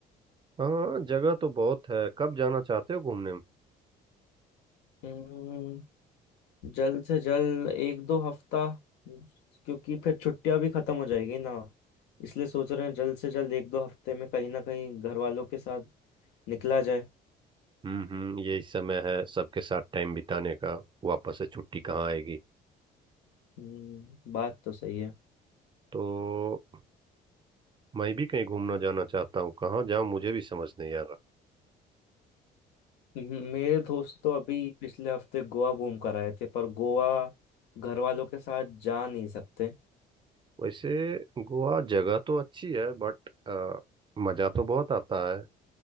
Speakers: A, on the right; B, on the left.
A: हाँ जगह तो बहुत है कब जाना चाहते हो घूमने
B: हम्म, जल्द से जल्द एक दो हफ्ता क्योंकि फिर छुट्टियां भी खत्म हो जाएगी ना इसलिए सोच रहे हैं जल्द से जल्द एक दो हफ्ते में कहीं ना कहीं घर वालों के साथ निकला जाए
A: हम्म हम्म यही समय है सबके साथ टाइम बिताने का वापस से छुट्टी कहाँ आएगी
B: हम्म, बात तो सही है
A: तो मैं भी कहीं घूमना जाना चाहता हूँ कहाँ जाऊँ मुझे भी समझ नहीं आ रहा
B: हम्म, मेरे दोस्त तो अभी पिछले हफ्ते गोवा घूम कर आए थे पर गोवा घर वालों के साथ जा नहीं सकते
A: वैसे गोवा जगह तो अच्छी है बट मज़ा तो बहुत आता है